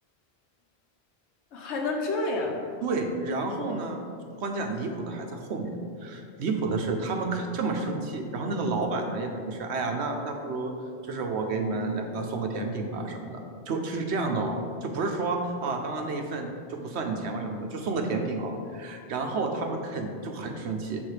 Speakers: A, on the left (about 85°); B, on the right (about 80°).
A: 还能这样？
B: 对，然后呢，关键离谱的还在后面。离谱的是，他们这么生气，然后那个老板呢，也等于是，哎呀，那那不如就是我给你们两个送个甜品吧什么的，就是这样的哦，就不是说啊，刚刚那一份就不算你钱吧什么的，就送个甜品哦。然后他们肯就很生气，